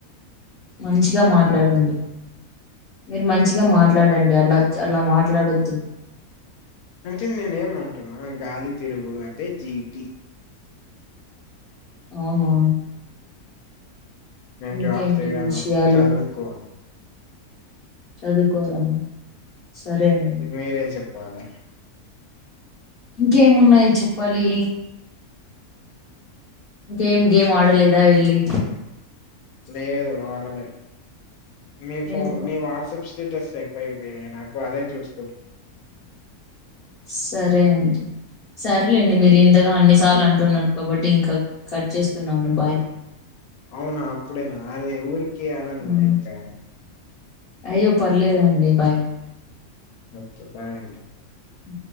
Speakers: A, on the left; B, on the left.
A: మంచిగా మాట్లాడండి
B: మనం
A: మీరు మంచిగా మాట్లాడండి అలా అలా మాట్లాడొద్దు.
B: అయితే నేనేమంటున్నా గాలి తిరుగుడు అంటే జీటి.
A: అవునా
B: నేను
A: ఇంకేంటి
B: జాబ్ చేయను
A: విషయాలు.
B: చదువుకోను
A: చదువుకోరా సరే
B: ఇకేంటి
A: అండి
B: మీరే చెప్పాలె.
A: ఇంకేమున్నయి చెప్పాలి గేమ్ గేమ్ మాడలేదా వెళ్ళి.
B: లేదు ఆడలే మీ ఫో
A: ఎందుకు
B: మీ వాట్సప్ స్టేటస్ ఎక్కువపోయినయి నాకు అదే చూస్
A: సరే అండి. సరేలేండి మీరు ఇంతగా అన్నిసార్లు అంటున్నారు కాబట్టి ఇంకా కట్ చేస్తున్నాను బాయ్.
B: అవునా అప్పుడేనా అరే ఊరికే అనన్లే
A: ఉమ్.
B: ఇంకా
A: అయ్యో పర్లేదండి బాయ్.
B: ఒకే బాయ్ అండి.
A: అ